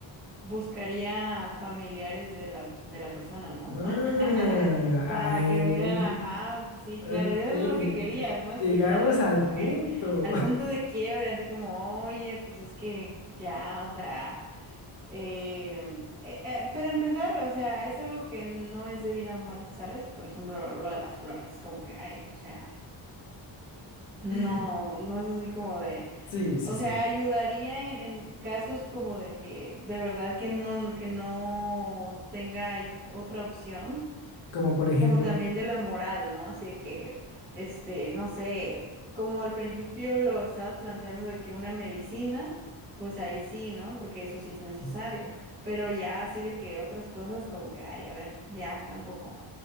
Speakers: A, on the right; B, on the left.
A: buscaría familiares de la, de la persona, ¿no?
B: Ah,
A: <laughs> Para
B: ay,
A: que vieran, ajá, pues sí,
B: ok.
A: claro, eso era lo que querías, ¿no? Escuchar
B: Llegamos
A: así
B: al
A: como
B: punto.
A: que al punto de quiebre, así como, oye, pues es que ya, o sea... Eh, eh, eh, pero empezar, o sea, es algo que no es de vida o muerte, ¿sabes? Por ejemplo, lo de las flores, como que, ay, o sea, no,
B: <laughs>
A: no es así como de,
B: Sí, sí,
A: o
B: sí.
A: sea, ayudaría en, en casos como de que, de verdad que no, que no tenga otra opción
B: Como por ejemplo,
A: como también de la moral, ¿no? Así de que, este, no sé, como al principio lo estabas planteando de que una medicina, pues ahí sí, ¿no? Porque eso sí es necesario,
B: Mm.
A: pero ya así de que otras cosas como que, ay, a ver, ya tampoco.